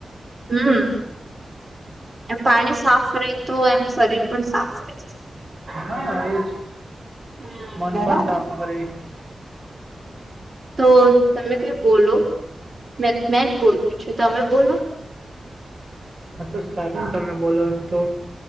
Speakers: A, on the right (about 30°); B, on the right (about 55°).
A: હમ એમ પાણી સાફ રહે તો એમ શરીર પણ સાફ રહેશે.
B: હા એજ
A: હમ
B: મન
A: બરાબર.
B: પણ સાફ કરે.
A: તો તમે કઈ બોલો મે મેં જ બોલત છેું તમે બોલો
B: હા તો સારું ને તમે બોલો એમ તો